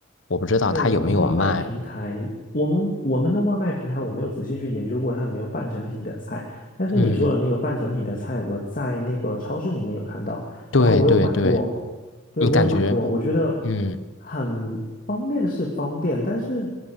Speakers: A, on the left (about 80°); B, on the left (about 45°).
A: 我不知道他有没有卖。
B: 哎，我们外卖平台，我们我们的外卖平台，我没有仔细去研究过它有没有半成品的菜，但是你说的那个半成品的菜，
A: 嗯，
B: 我在那个超市里面有看到，
A: 对对对，
B: 然后我有买过，对，
A: 你感觉，
B: 我有买过，我觉得
A: 嗯
B: 很方便是方便，但是